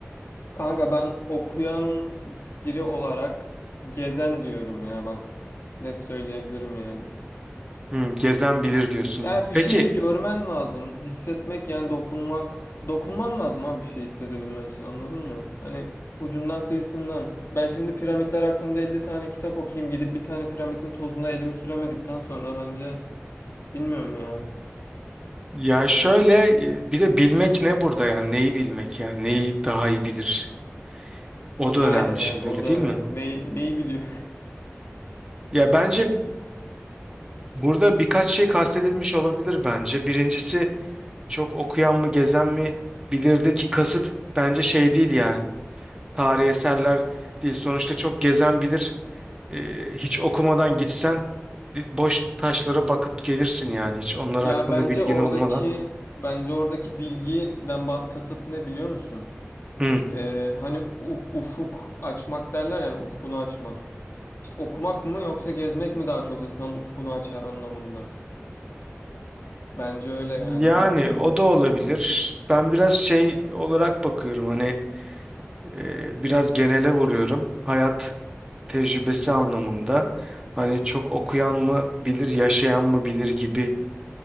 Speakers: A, on the left; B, on the right.
A: Kanka ben okuyan biri olarak gezen diyorum ya bak net söyleyebilirim yani.
B: Hmm, gezen bilir diyorsun.
A: Ya bir
B: Peki
A: şeyi görmen lazım, hissetmek yani dokunmak. Dokunman lazım abi bir şey hissedebilmen için anladın mı? Hani ucundan kıyısından. Ben şimdi piramitler hakkında 50 tane kitap okuyayım gidip bir tane piramitin tozuna elimi süremedikten sonra bence bilmiyorum ya.
B: Ya şöyle e, bir de bilmek ne burada yani neyi bilmek yani neyi daha iyi bilir o da
A: Aynen
B: önemli
A: yani
B: şimdi
A: o
B: öyle
A: da
B: değil
A: önemli.
B: mi?
A: Neyi, neyi biliyor?
B: Ya bence burada birkaç şey kastedilmiş olabilir bence. Birincisi çok okuyan mı gezen mi bilirdeki kasıt bence şey değil yani tarihi eserler değil. Sonuçta çok gezen bilir E, hiç okumadan gitsen e, boş taşlara bakıp gelirsin yani hiç onlar
A: Ya
B: hakkında
A: bence
B: bilgin
A: oradaki
B: olmadan.
A: bence oradaki bilgiden ba- kasıt ne biliyor musun?
B: Hmm.
A: Ee, hani u- ufuk açmak derler yani ufkunu açmak. İşte okumak mı yoksa gezmek mi daha çok insanın ufkunu açar anlamında. Bence öyle yani
B: Yani
A: o bilgi.
B: o da olabilir.
A: mi?
B: Ben biraz şey olarak bakıyorum hani e, biraz genele vuruyorum. Hayat tecrübesi anlamında hani çok okuyan mı bilir, yaşayan mı bilir gibi